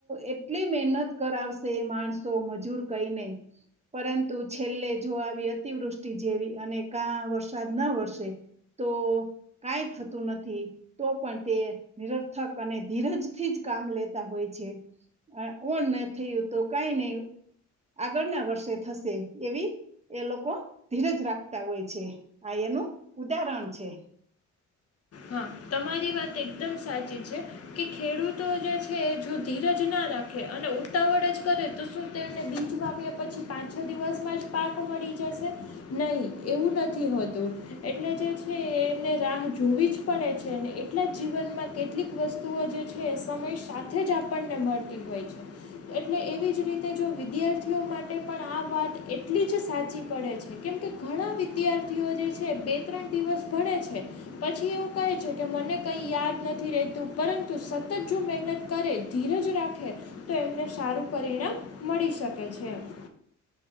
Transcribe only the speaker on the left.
હા તમારી વાત એકદમ સાચી છે કે ખેડૂતો જે છે, જો ધીરજ ના રાખે અને ઉતાવળ જ કરે તો શું તોને બીજ વાપ્યા પછી પાંચ, છ દિવસમાં જ પાક મળી જશે? નહી. એવું નથી હોતું. એટલે જે છે એમને રાહ જોવી જ પડે છે. ને એટલા જીવનમાં કેટલીક વસ્તુઓ જે છે સમય સાથેજ આપ આપણને મળતી હોય છે. એટલે એવીજ રીતે જો વિદ્યાર્થીઓ માટે પણ આ વાત એટલી જ સાચી પડે છે. કેમ કે ઘણા વિદ્યાર્થીઓ જે છે, બે ત્રણ દિવસ ભડે છે પછી એવું કહે છે કે મને કંઈ યાદ નથી રહેતું, પરંતુ સતત જો મહેનત કરે, ધીરજ રાખે તો એમને સારું પરિણામ મળી શકે છે મ